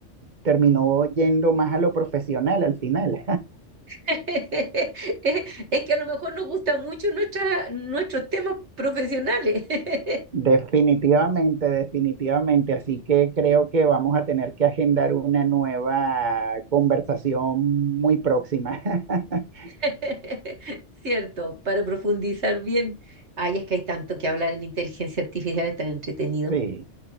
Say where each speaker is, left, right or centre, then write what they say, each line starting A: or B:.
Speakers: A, on the right (about 40°); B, on the right (about 65°).
A: terminó yendo más a lo profesional al final.
B: Es es que a lo mejor nos gustan mucho nuestras, nuestros temas profesionales, <laughs>
A: Definitivamente, definitivamente. Así que creo que vamos a tener que agendar una nueva conversación muy próxima. <laughs>
B: <laughs> ¿cierto? Para profundizar bien. Ay, es que hay tanto que hablar en inteligencia artificial, es tan entretenido.
A: Sí,